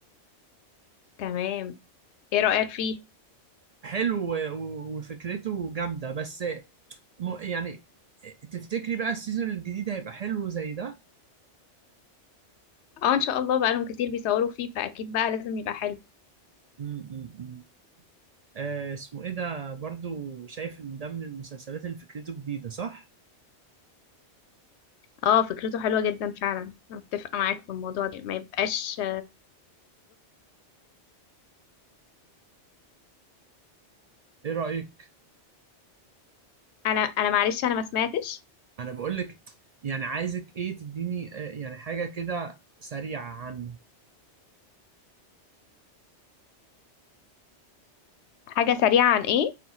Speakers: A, on the left; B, on the right.
A: تمام ايه رايك فيه
B: حلو و- وفكرته جامدة بس م- يعني تفتكري بقى السيزون الجديد هيبقى حلو زي ده؟
A: اه ان شاء الله بقالهم كتير بيصوروا فيه فاكيد بقى لازم يبقى حلو
B: م- م- م. آه، اسمه ايه ده برضو شايف ان ده من المسلسلات اللي فكرته جديدة صح؟
A: اه فكرته حلوه جدا فعلا انا متفقه معاك في الموضوع ده ما يبقاش
B: ايه رأيك؟
A: انا انا معلش انا ما سمعتش
B: انا بقول لك يعني عايزك ايه تديني آه، يعني حاجة كده سريعة عن
A: حاجه سريعه عن ايه